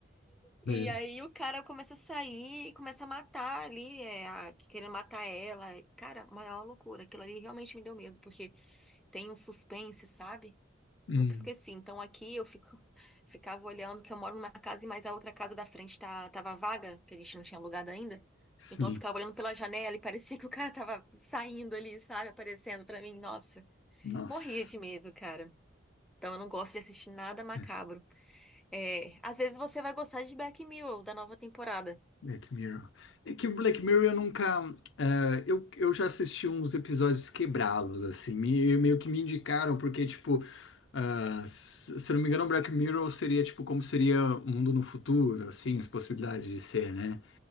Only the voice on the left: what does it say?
É.
Hum.
Sim.
Nossa.
É.
Black Mirror. É que o Black Mirror eu nunca. é, eu, eu já assisti uns episódios quebrá-los, assim. Me, meio que me indicaram, porque, tipo. ah, se se eu não me engano, Black Mirror seria tipo como seria o mundo no futuro, assim, as possibilidades de ser, né?